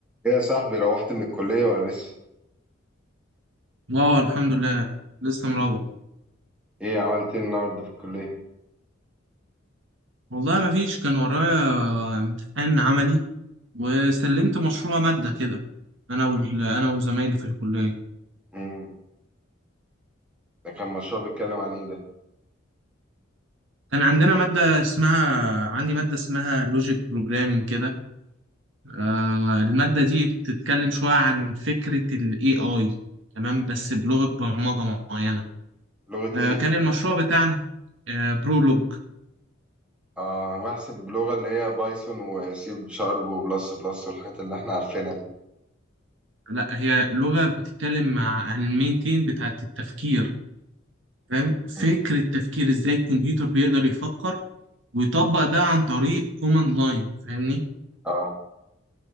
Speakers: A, in the centre; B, on the right (about 70°).
A: ايه يا صاحبي روحت من الكلية ولا لسه؟
B: اه الحمد لله لسه مروح
A: ايه عملت ايه النهاردة في الكلية؟
B: والله ما فيش كان ورايا امتحان عملي وسلمت مشروع مادة كده انا وال... انا وزمايلي في الكلية
A: امم ده كان مشروع بيتكلم عن ايه ده؟
B: كان عندنا مادة اسمها عندي مادة اسمها لوجيك بروجرامينج كده آه المادة دي بتتكلم شوية عن فكرة ال AI تمام بس بلغة برمجة معينة
A: لغة
B: آه
A: ايه؟ انت؟
B: كان المشروع بتاعنا آه برولوج
A: اه بحسب بلغة اللي هي بايثون وسي شارب وبلس بلس والحاجات اللي احنا عارفينها دي
B: لا هي لغة بتتكلم مع عن المين تين بتاعة التفكير فاهم
A: مم.
B: فكرة تفكير ازاي الكمبيوتر بيقدر يفكر ويطبق ده عن طريق كوماند لاين فاهمني
A: اه